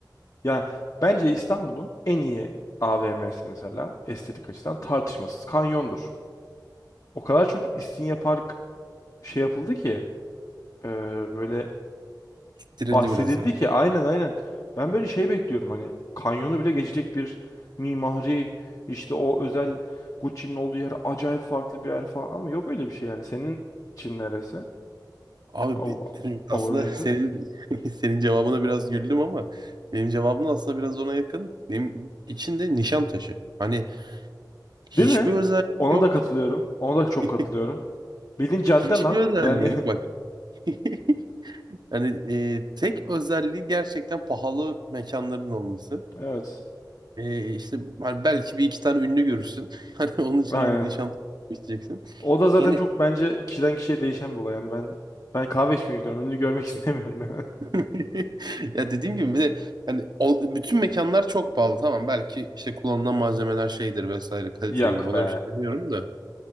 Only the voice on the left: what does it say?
Ya bence İstanbul'un en iyi AVM'si mesela estetik açıdan tartışmasız Kanyon'dur. O kadar çok İstinye Park şey yapıldı ki e, böyle
bahsedildi
ki aynen aynen. Ben böyle şey bekliyorum hani Kanyon'u bile geçecek bir mimari işte o özel Gucci'nin olduğu yer acayip farklı bir yer falan ama yok öyle bir şey yani. Senin için neresi?
O-
Overrated.
Değil mi?
Ona
da katılıyorum. Ona da çok
katılıyorum. Bildiğin cadde
lan.
Yani
<laughs> evet.
Aynen.
O da zaten
çok bence kişiden kişiye değişen bir olay. Yani ben ben kahve içmeye gidiyorum. Ünlü görmek istemiyorum yani.
<laughs> Yok
be.